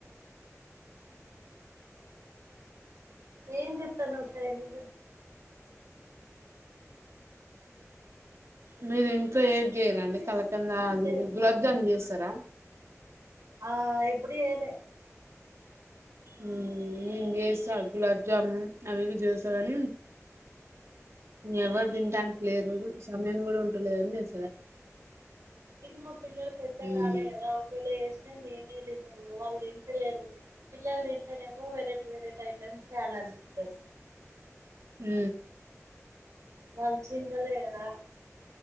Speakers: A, on the right (about 75°); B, on the right (about 55°).
A: ఏం జెత్తన్నావ్ షైని
B: మీరు ఇంట్లో ఏం చేయ్యరా
A: అస్సలే
B: అండి కలకాండ్
A: ఊసిపోతదిలే
B: అది గులాబ్ జామ్ చేస్తారా
A: ఆ ఎప్పుడు చెయ్యలే
B: ఉ నెన్ చేస్తా గులాబ్ జామున్ అవి ఇవి చేస్తా కాని ఎవరు తినటానికి లేరు సమయం కూడా ఉంటలేదని చేస్తలే
A: ఇంగ మా పిల్లలు పెద్ద
B: ఉమ్
A: కాలే కదా వాళ్లు చేసిన మేమే తినుడు వాళ్ళు తింటలేరు పిల్లలు తింటేనేమో వెరైటీ వెరైటీ ఐటెమ్స్ చేయాలనిపిత్తది
B: ఊ
A: వాళ్ళు చిన్నోళ్ళే కదా